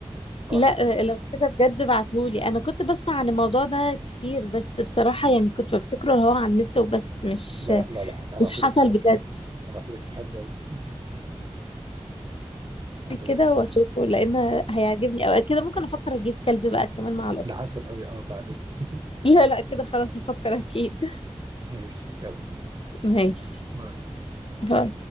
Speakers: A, on the right (about 40°); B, on the left (about 60°).
A: هبعتهولك
B: لا
A: دلوقتي
B: لو كده بجد بعتهولي انا كنت بسمع عن الموضوع ده كتير بس بصراحة
A: مم.
B: يعني كنت بفتكره اللي هو على النت وبس مش
A: لا لا لا هبعتهولك
B: مش حصل
A: دلوقتي
B: بجد
A: هبعتهولك حلو قوي <laughs> هبعتهولك
B: كده واشوفه لان هيعجبني او كده ممكن افكر اجيب كلب بقى كمان مع القطة
A: ده عسل قوي اه فعلا <laughs>
B: لا لا كده خلاص افكر اكيد
A: ماشي يلا
B: <laughs> ماشي
A: باي
B: باي